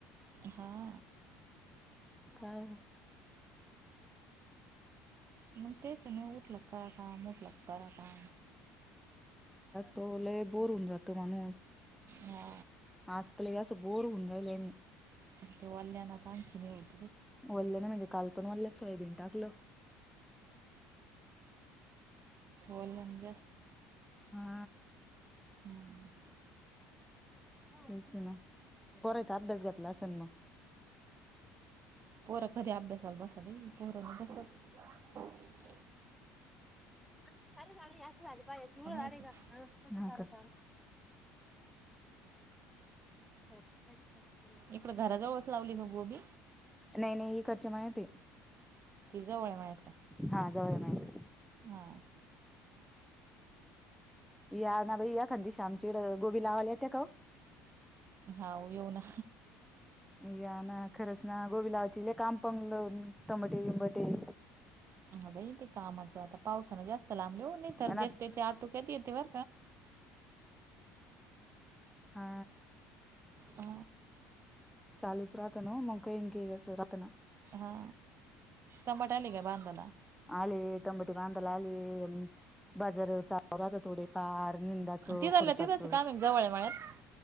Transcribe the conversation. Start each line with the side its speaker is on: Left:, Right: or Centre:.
Right: हा
Centre: काय
Right: मग तेच न उठ लक्कार का मोठ लक्कार का
Centre: त ल बोर होऊन जातो म्हणू
Right: हा
Centre: आज त बोर होउन् राहिले मी
Right: आणि तेओल्या आता आणखीन येऊत
Centre: वल्ल्या ना म्हणजे काल पण वल्ल्या सोयाबीन टाकल
Right: वल्ल्यानं
Centre: हा
Right: हम्म
Centre: तेच ना करायचा अभ्यास घातला असेन मग
Right: पोर् कधी अभ्यासाला बसा बाई पोरं नाही बस
Centre: आम सार जा अस झा पा तु झाले
Right: ऐकत
Centre: का ारी कत
Right: इकडं घराजवळच लावली का गोबी
Centre: नाही नाही खर्चे माझ ते
Right: तिजवळ माहिती
Centre: हा जवर माहिती
Right: हा
Centre: या ना बाई या खांदी श्यामचीड गोबी लावाला येत्या का
Right: हा येऊ ना
Centre: या ना खरच ना गोबीलावाची काम पंगलं तंबटे बंबटे
Right: ह बाई ते कामाचं आता पावसान जास्त लांबले हो नाही तर
Centre: आणि आता
Right: जास् त्याचे आटोक्यात येते व
Centre: हा
Right: अ
Centre: चालूच रातन मंका इंकस रातन
Right: हा टबाटली का बधला
Centre: आले तंबटी बांधाला आले बाजार चाल राहता थोडे पाार ंदाच
Right: तिथल्या
Centre: खुरच
Right: तिथंच काम एक जवळ आहे मळ्यात